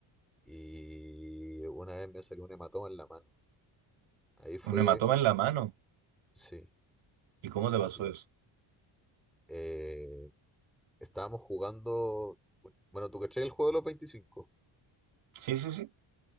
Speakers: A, in the centre; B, on the right.
A: y una vez me salió un hematoma en la mano. Ahí fue,
B: Un hematoma en la mano.
A: sí,
B: ¿Y cómo te
A: sí.
B: pasó eso?
A: Eh, estábamos jugando, bueno, ¿tú cachai el juego de los veinticinco,
B: Sí, sí, sí.